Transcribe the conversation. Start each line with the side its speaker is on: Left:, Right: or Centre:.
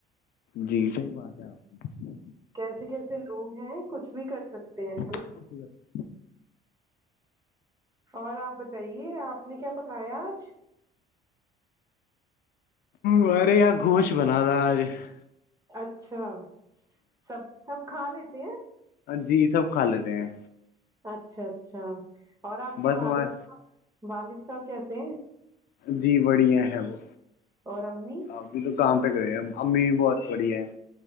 Left: جی صحی بات ہے آپ کی
Right: کیسے کیسے لوگ ہیں کچھ بھی کر سکتے ہیں
Left: ٹھیک <unintelligible>
Right: اور آپ بتائیے آپ نے کیا پکایا آج
Left: مارے آ گوش بنا د آج <unintelligible>
Right: اچھا سب سب کھا لیتے ہیں
Left: جی سب کھا لیتے ہیں
Right: اچھا اچھا اور آپ کے
Left: بس
Right: والد
Left: ہمار
Right: صاحب والد صاحب کیسے ہیں
Left: جی بڑھیا ہے وہ
Right: اور رمی
Left: ابھی تو کام پہ گئے ہیں امی بھی بہت بڑھیا ہے